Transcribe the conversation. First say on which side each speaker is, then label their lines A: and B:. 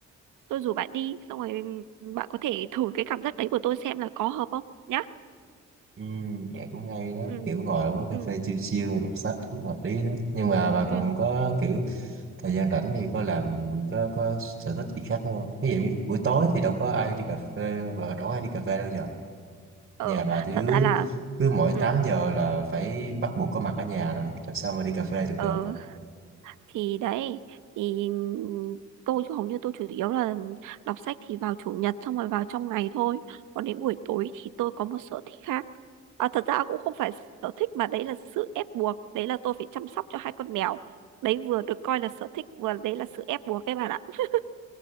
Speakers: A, on the right (about 85°); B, on the right (about 40°).
A: tôi rủ bạn đi xong rồi bạn có thể thử cái cảm giác đấy của tôi xem là có hợp không nhá
B: ừ, nghe cũng hay đó
A: ừ
B: kiểu ngồi uống cà
A: ừ
B: phê chill chill đọc sách cũng hợp lý đó nhưng mà bà
A: ừ
B: còn có kiểu thời gian rảnh thì có làm có có sở thích gì khác nữa không ví dụ như buổi tối thì đâu có ai đi cà phê và đâu có ai đi cà phê đâu nhỉ
A: ờ
B: nhà bà thì
A: thật
B: cứ
A: ra là
B: cứ mỗi
A: ừ
B: 8 giờ là phải bắt buộc có mặt ở nhà rồi làm sao mà đi cà phê được
A: ờ
B: cơ
A: thì đấy thì tôi chứ hầu như tôi chủ yếu là đọc sách thì vào chủ nhật xong rồi vào trong ngày thôi còn đến buổi tối thì tôi có một sở thích khác à, thật ra cũng không phải sở thích mà đấy là sự ép buộc đấy là tôi phải chăm sóc cho hai con mèo đấy vừa được coi là sở thích vừa đấy là sự ép buộc các bạn ạ <laughs>